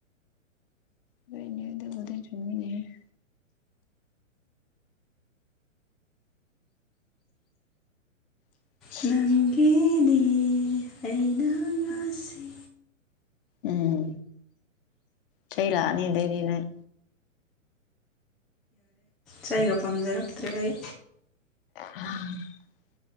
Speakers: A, on the left; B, in the centre.
A: ꯅꫭꯏꯅ‌ꯦꯗꯨꯕꯨꯗꯤ ꯆꯨꯝꯃꯤꯅ‌ꯦꯍ‌ꯦ <unintelligible>
B: ꯅꯪꯒꯤꯅꯤ ꯑꯩꯅ ꯉꯁꯤ
A: ꯎꯝ ꯆꯩꯩ ꯂꯥꯛꯑꯅꯤ‌ꯑꯗꯩꯗꯤ ꯅꯪ
B: ꯆꯩꯒ ꯄꯥꯝꯖꯔꯛꯇ꯭ꯔꯦ ꯑꯩ
A: ꯎꯝ <unintelligible>